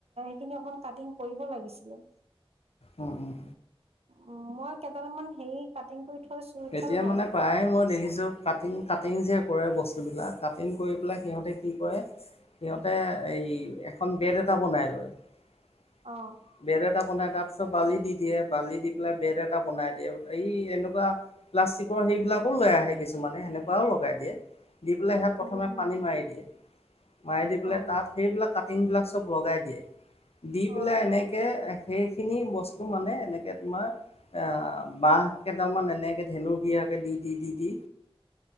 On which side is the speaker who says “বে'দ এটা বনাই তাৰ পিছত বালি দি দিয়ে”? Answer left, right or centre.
Left